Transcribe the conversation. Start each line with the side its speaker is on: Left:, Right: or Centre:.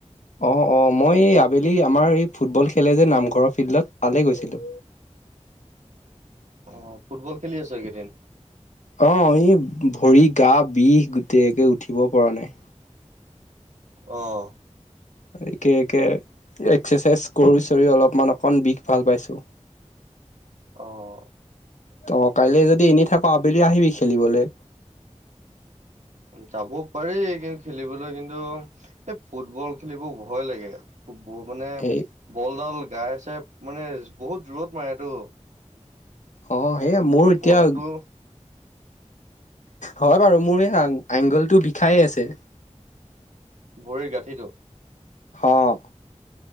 Left: অ অ মই আবেলি আমাৰ এই ফুটবল খেলে যে নামঘৰৰ ফিল্ডত, তালে গৈছিলো।
Right: <unintelligible> আহ ফুটবল খেলি আছো এইকেইদিন?
Left: অ ই ভৰি, গা বিষ গোটে উঠিব পৰা নাই।
Right: আহ
Left: একে একে এক্সাৰচাইজ কৰি চৰি অলপমান অকমন বিষ ভাল পাইছো।
Right: আহ।
Left: ত কাইলে যদি এনি থাকো আবেলি আহিবি খেলিবলৈ।
Right: যাব পাৰি কিন্তু খেলিবলৈ, কিন্তু এই ফুটবল খেলিব ভয় লাগে। বহুত মানে
Left: সেই
Right: বলডাল গাই চাই মানে বহুত জোৰত মাৰেটো।
Left: অ' সেয় মোৰ এতিয়া
Right: বলটো
Left: হয় বাৰু মোৰ এই এংগলটো বিষায় আছে।
Right: ভৰিৰ গাঁঠিটো?
Left: অহ।